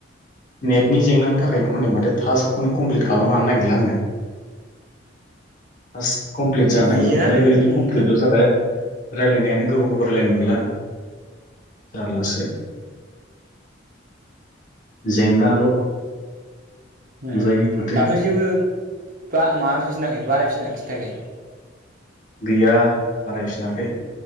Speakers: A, on the left; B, on the right.
A: नेटनि जेंनानि थाखायनो हनै माथो टास्कखौनो कमप्लिट खालामनो हानो नागिरला आङो। टास कमप्लिट जानोगिरबाबो
B: नेटानो
A: ओरैनो
B: जेंना
A: कमप्लिटल' जाबाय। रायलायनायानो गोबाव गोबाव रायलायनो मोनला जारलासो। जेंनाल'
B: उम
A: नुजायो माथो
B: दाथ' जेबो बा माफिनाखै बारायफिननाय खिथायाखै?
A: गैया बारायफिनाखै